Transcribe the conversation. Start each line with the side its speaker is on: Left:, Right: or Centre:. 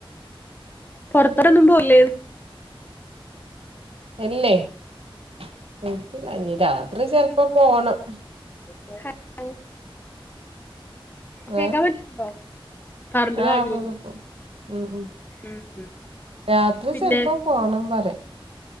Left: പോറത്തൊന്നും പോവൂലെ?
Right: <unintelligible> രാത്രി ചെലപ്പോ പോണം.
Left: ഹലോ കേക്കാൻ
Right: ഏഹ്
Left: പറ്റുന്നുണ്ടോ? കാറിന്റെ
Right: ആഹ്
Left: ബാഗിലുണ്ട്
Right: പോ ഉം ഉം.
Left: ഉം
Right: രാത്രി
Left: പിന്നെ
Right: ചെലപ്പോ പോണം പറയാ.